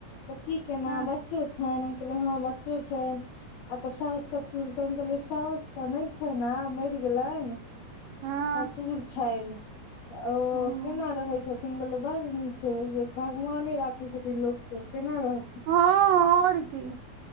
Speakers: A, on the left (about 75°); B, on the right (about 85°).
A: तऽ की केना
B: हँ
A: बच्चो छैन हम कहलिए हाँ बच्चो चो छै आ तऽ साउस ससुर सब हम कहलियै साउस तऽ नै छैन आब मैर गेलैन
B: हँ
A: ससुर छैन तऽ ओ
B: हँ
A: केना रहै छ बड़ नीक छै भगवाने राखे छथिन लोक के केना रह।
B: हँ और कि